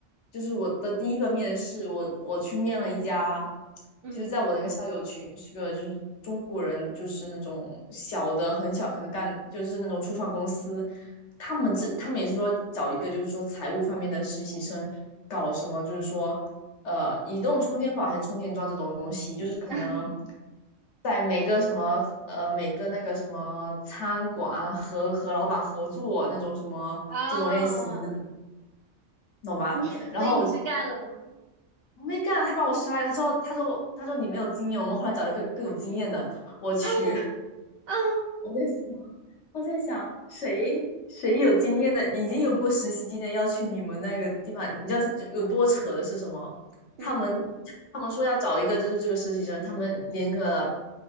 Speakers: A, on the left; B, on the right.
A: 就是我的第一份面试，我我去面了一家，
B: 嗯，
A: 就是在我那个校友群是个就是中国人，就是那种小的很小，可能干就是那种初创公司，他们这他们也是说找一个就是说财务方面的实习生，搞什么就是说呃移动充电宝还是充电桩这种东西，就是可能
B: <laughs>
A: 在每个什么呃每个那个什么餐馆啊和和老板合作那种什么这种类型的，
B: 啊，
A: 懂吧？
B: 你，所以你去干了吗？
A: 然后我就我没干，他把我摔了，他说他说他说你没有经验，我们后来找了一个更有经验的，我去，
B: 啊啊，
A: 我在想，我在想，谁谁有经验的，已经有过实习经验，要去你们那个地方，你知道这有多扯的是什么？他们他们说要找一个就是这个实习生，
B: 嗯
A: 他们连个